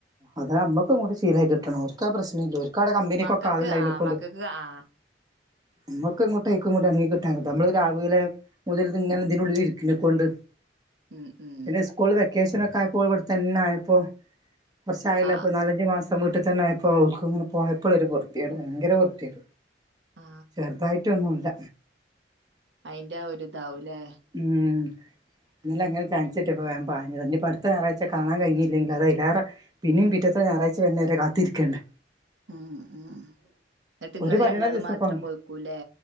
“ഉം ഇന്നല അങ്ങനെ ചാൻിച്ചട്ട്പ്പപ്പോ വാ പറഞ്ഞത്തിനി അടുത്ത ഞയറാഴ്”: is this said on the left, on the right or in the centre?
Right